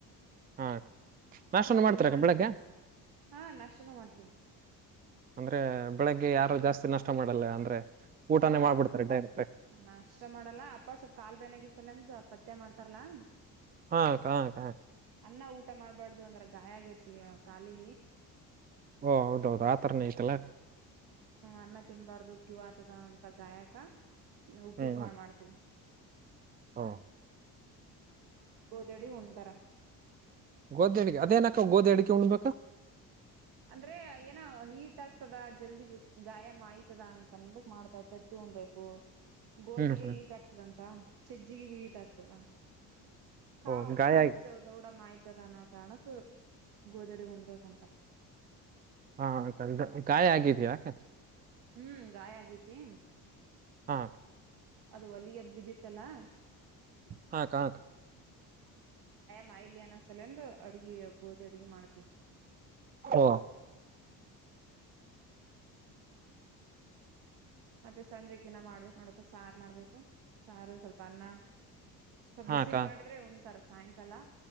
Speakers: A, on the right (about 25°); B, on the right (about 80°).
A: ಹಾ ನಾಷ್ಟನು
B: ಮತ್ತೆ
A: ಮಾಡ್ತೀರಕ್ಕ
B: ಸಾಯ್
A: ಬೆಳಗ್ಗೆ
B: ಹಾ ನಾಷ್ಟನ ಮಾಡ್ತೀವಿ
A: ಅಂದ್ರೆ ಬೆಳಗ್ಗೆ ಯಾರು ಜಾಸ್ತಿ ನಷ್ಟ ಮಾಡಲ್ಲ ಅಂದ್ರೆ ಊಟನೇ
B: ಹಾ
A: ಮಾಡ್ಬಿಡ್ತಾರೆ ಡೈರೆಕ್ಟ್
B: ನಾಷ್ಟ ಮಾಡಲ್ಲ ಅಪ್ಪ ಸ್ವಲ್ಪ್ ಕಾಲು ಬೇನಾಗಿಸಲ್ಲ ಅಂದ ಅ ಪತ್ತೆ ಮಾಡ್ತಾರಲ್ಲಾ
A: ಹಾ ಕ ಕ
B: ಅನ್ನ ಊಟ ಮಾಡ್ಬಾರ್ದು ಅಂದ್ರ ಗಾಯ ಆಗಿರ್ತಯ ಕಾಲಗ
A: ಓ ಹೌದೌದು ಆತರನ ಐತಲ್ಲಾ
B: ಅನ್ನ ತಿನ್ನಬಾರದು ಕಿವ ಆತದ ಅಂತ ಗಾಯಕ ನೀ ಉಪ್ಪಿಟ್ಟು
A: ಹ್ಮ್
B: ಮಾಡ ಮಾಡ್ತೀವಿ
A: ಓ
B: ಓದಡಿ ಒಂತರ
A: ಗೋಧಿ ಅಡಿಕ ಅದೇನಕ್ಕ ಗೋದಿ ಅಡ್ಕೆ ಉಣ್ಬೇಕಾ
B: ಅಂದ್ರೆ ಏನ ಹೀಟ್ ಆಗ್ತದ ಜಲ್ದಿ ಗಾಯ ಮಾಯ್ತದ ಅಂತನ್ನೋದಕ್ ಮಾಡ್ತ ತತ್ತಿ ಉಣ್ಬೇಕು ಗೋಧಿಗೆ
A: ಹ್ಮ್ ಹ್ಮ್
B: ಈಟ ಆಗ್ತದಂತ ಚಜ್ಜಿಗೆ ಈಟ ಆಗ್ತದೆ ಸ ಕಾವ
A: ಓ ಗಾಯ
B: ಕಾವಿ
A: ಆಗಿ
B: ದೌಡ ಮಾಯ್ತಾ ಇತದನ್ನ ಕಾರಣಕ್ ಗೋಧಡಿ ಉಣ್ಬೇಕಂತಾರ
A: ಹಾ ಆಯತ ಗಾಯ ಆಗಿದ್ಯಾಕ
B: ಹ್ಮ್ ಗಾಯ ಆಗೇತಿ
A: ಹಾ
B: ಅದು ಒಲಿ ಅದ್ ಬಿದಿತ್ತಲ್ಲಾ
A: ಹಾ ಕ್ಕ
B: ಮಾಯಲ್ಯ ಅನ ಸಲಂದು ಅಡ್ಗೆ ಗೋಧಿ ಅಡ್ಗೆ ಮಾಡ್ತವಿ
A: ಓ
B: ಮತ್ತೆ ಸಂಜೆಗ ಇನ್ನ ಮಾಡ್ಬೇಕು ನೋಡ್ಬೇಕು ಸಾರು ಮಾಡ್ಬೇಕು ಸಾರು ಸ್ವಲ್ಪ ಅನ್ನ ಸ್ವಲ್
A: ಹಾ
B: ಬಿಸಿದ್
A: ಅಕ್ಕ
B: ಮಾಡಿದ್ರೆ ಉಣ್ಣ ತರ ಸಾಯಂಕಾಲ